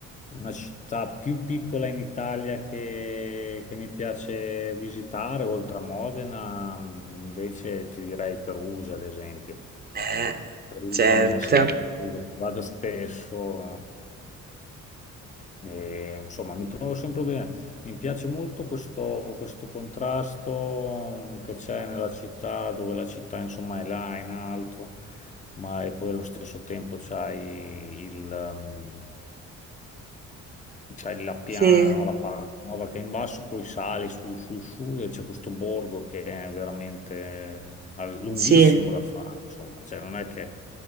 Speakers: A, on the left; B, on the right.
A: una città più piccola in Italia che, che mi piace visitare, oltre a Modena, mh, invece ti direi Perugia, ad esempio.
B: Eh,
A: Perugia
B: certo.
A: mi è sempre piaciuto, ci vado spesso, e, insomma, mi trovo sempre bene. Mi piace molto questo, questo contrasto mh, che c'è nella città, dove la città, insomma, è là in alto, ma e poi allo stesso tempo c'hai il, mh, c'hai la piana,
B: Sì,
A: no? La parte nuova che è in basso, poi sali su, su, su e c'è questo borgo che è veramente eh, al- lunghissimo
B: sì,
A: da fare, insomma, cioè non è che...